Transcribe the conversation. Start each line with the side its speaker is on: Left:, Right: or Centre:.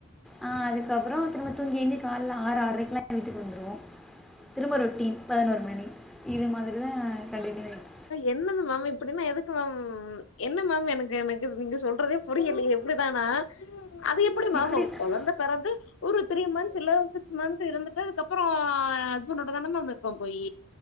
Centre: ஆ அதுக்கப்பற திரம்ப தூங்கீஏஞ்சி கால்ல ஆறு ஆரைக்குல எ வீட்டுக்கு வந்துருவோ திரும்ப ரொட்டீன் பதினோரு மணி இது மாரிதா கண்டின்யூ ஆய்ட்ருக்
Left: என்னன்ன மேம் இப்டின்னா எதுக்கு மேம் என்ன மேம் எனக்கு எனக்கு நீங்க சொல்றதே புரியிலயே இப்டிதானா அது எப்டிமேம்
Centre: இப்படி
Left: உ
Centre: தான்
Left: கொழந்த பெறந்து ஒரு த்ரீ மந்த்ஸ் இல்ல சிக்ஸ் மந்த் இருந்துட்டு அதுக்கப்பற ஹஸ்பண்டோடதன மேம் இருப்பபோயி